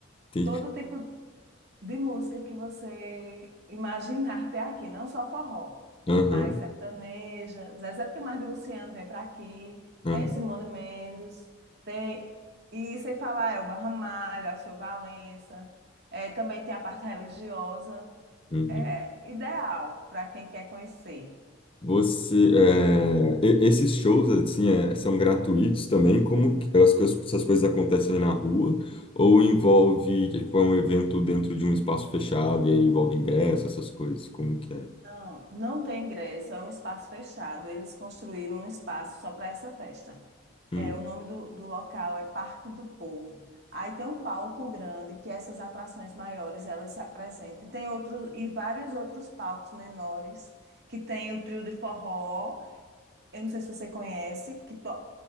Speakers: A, on the left; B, on the right.
A: Entendi.
B: Todo tipo, de música que você imaginar até aqui, não só forró,
A: Aham,
B: mas sertaneja, Zezé de Camargo e Luciano vem para aqui,
A: aham,
B: eh, Simone Mendes, tem, e sem falar Elba Ramalho, Alceu Valença, eh, também tem a parte religiosa,
A: uhum.
B: é ideal para quem quer conhecer.
A: Você, é, e- esses shows assim é, são gratuitos também? Como que as, coisas- essas coisas acontecem na rua? Ou envolve que foi um evento dentro de um espaço fechado e aí envolve ingresso, essas coisas? Como que é?
B: Não, não tem ingresso, é um espaço fechado. Eles construíram um espaço só para essa festa.
A: Hum,
B: É, o nome do, do local é Parque do Povo. Aí tem um palco grande que essas atrações maiores elas se apresentam. E tem outro, e vários outros palcos menores que tem o trio de forró eu não sei se você conhece, que, to-